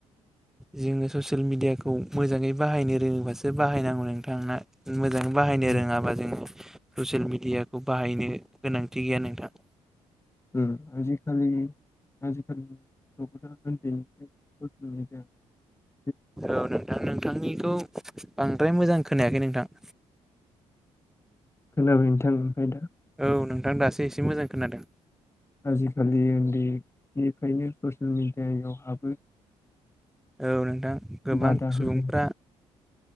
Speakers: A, in the centre; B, on the left.
A: जोङो ससियेल मिडियाखौ मोजाङै बाहायनो रोङोबासो बाहायनांगौ नोंथां ना मोजां बाहायनो
B: उम
A: रोङाबा जोङो ससियेल मिडियाखौ बाहायनो गोनांथि गैया नोंथां।
B: ओम आजिखालि आजिखालिनि न'ख'ना उन्दैनिफ्राय <unintelligible>
A: औ नोंथां नोंथांनिखौ बांद्राय मोजां खोनायाखै नोंथां।
B: खोनाबाय नोंथां ओमफाय दा
A: औ नोंथां दासो एसे मोजां खोनादों।
B: आजिखालि उन्दैनिफ्रायनो ससियेल मिडियायाव हाबो।
A: औ नोंथां गोबां
B: बादा
A: सुबुंफ्रा
B: हो